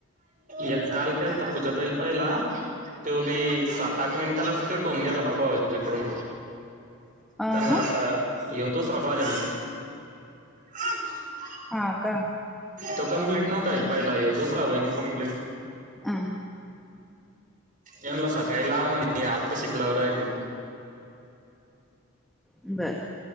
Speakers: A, on the right; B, in the centre.
A: य काल केलता पूजा ताई येईल पहिला. तो बी सात आठ मिनटालाच कट हून गेला बुवा जेकडून
B: अ
A: त्यांला
B: ह
A: वाटतं यो दुसरा कॉल हाय म्हण <inaudible>
B: हा का?
A: तो कम्प्लीट नव्हता येईल पहिला दुसरा होईल कम्प्लीट.
B: अ
A: यांला सकाळी लाव म्हण आत्ताशिक लावू राहिले.
B: बरं.